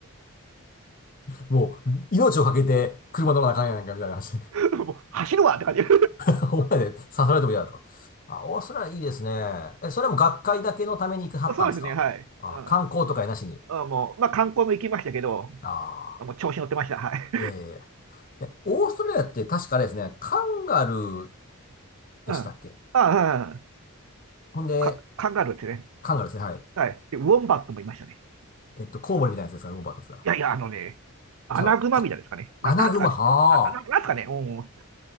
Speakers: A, on the left (about 40°); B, on the right (about 70°).
A: もう、命をかけて車乗らなあかんやんかみたいな話。
B: う、もう走るわって感じ。<laughs>
A: どんぐらいで刺されても嫌だとか。あ、オーストラリアいいですね。え、それはもう学会だけのために行くはったんですかあ、
B: そうですね、はい。うん。
A: 観光とかなしに。
B: あもう、まあ、観光も行きましたけど、
A: ああ、
B: もう調子乗ってました。はい。
A: いやいやいや。え、オーストラリアって確かあれですね、カンガルー
B: <laughs>
A: でしたっけ
B: うん。ああ、うん
A: ほんで、
B: か、カンガルーってね。
A: カンガルーですね、はい。
B: はい。で、ウォンバットもいましたね。
A: えっと、コウモリみたいなやつですかね、ウォンバットとつが。
B: いやいや、あのね、アナグマみたいですかね。
A: じゃうわ
B: な、
A: アナグマ、
B: なんすかね。
A: は
B: あ、な、なんすかね。うん。うん。